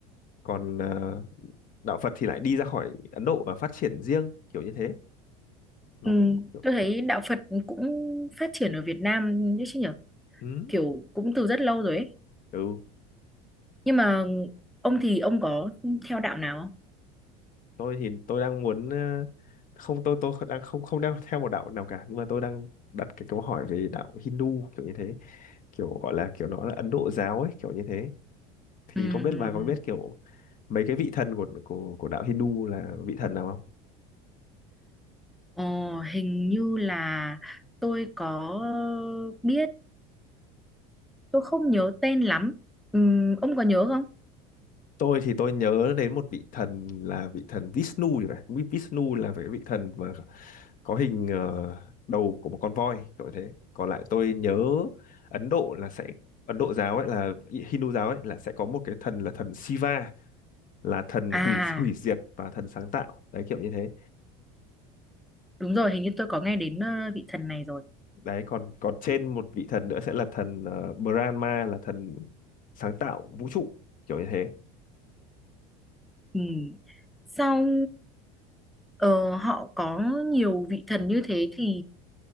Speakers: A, on the left; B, in the centre.
A: Còn ờ, đạo Phật thì lại đi ra khỏi Ấn Độ và phát triển riêng kiểu như thế. Nó
B: Ừ.
A: cũng kiểu
B: tôi thấy đạo Phật cũng phát triển ở Việt Nam đấy chứ nhở
A: ừ.
B: kiểu cũng từ rất lâu rồi ấy
A: ừ
B: nhưng mà ông thì ông có theo đạo nào không
A: tôi thì tôi đang muốn ờ, không tôi tôi đang không không đang theo một đạo nào cả nhưng mà tôi đang đặt cái câu hỏi về đạo Hindu kiểu như thế kiểu gọi là kiểu nó là Ấn Độ giáo ấy kiểu như thế thì
B: ừ,
A: không biết
B: ừ,
A: bà có
B: ừ.
A: biết kiểu mấy cái vị thần của của của đạo Hindu là vị thần nào không
B: Ờ, hình như là tôi có biết, tôi không nhớ tên lắm. Ừm, ông có nhớ không?
A: tôi thì tôi nhớ đến một vị thần là vị thần Vishnu thì phải Vi- Vishnu là cái vị thần mà có hình ờ, đầu của một con voi kiểu thế còn lại tôi nhớ Ấn Độ là sẽ Ấn Độ giáo ấy là Hindu giáo ấy là sẽ có một cái thần là thần Shiva là thần
B: À,
A: hủy hủy diệt và thần sáng tạo đấy kiểu như thế
B: đúng rồi, hình như tôi có nghe đến ờ, vị thần này rồi.
A: đấy còn còn trên một vị thần nữa sẽ là thần ờ, Brahma là thần sáng tạo vũ trụ kiểu như thế
B: Ừ. Sau ờ, họ có nhiều vị thần như thế thì